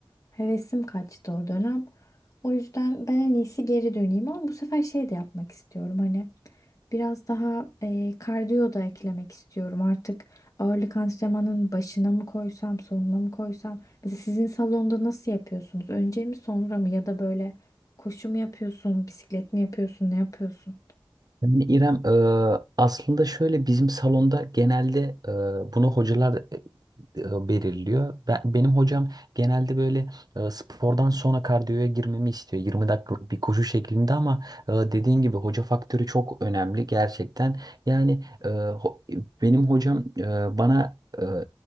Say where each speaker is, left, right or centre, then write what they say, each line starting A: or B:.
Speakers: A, on the left; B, on the right.
A: hevesim kaçtı o dönem. O yüzden ben en iyisi geri döneyim ama bu sefer şey de yapmak istiyorum hani Biraz daha e, kardiyo da eklemek istiyorum. Artık ağırlık antrenmanının başına mı koysam, sonuna mı koysam? Mesela sizin salonda nasıl yapıyorsunuz? Önce mi, sonra mı? Ya da böyle koşu mu yapıyorsun, bisiklet mi yapıyorsun, ne yapıyorsun?
B: Yani İrem e, aslında şöyle bizim salonda genelde e, bunu hocalar e, e, belirliyor. Ben, benim hocam genelde böyle e, spordan sonra kardiyoya girmemi istiyor. 20 dakikalık bir koşu şeklinde ama e, dediğin gibi hoca faktörü çok önemli gerçekten. Yani e, ho- benim hocam e, bana e,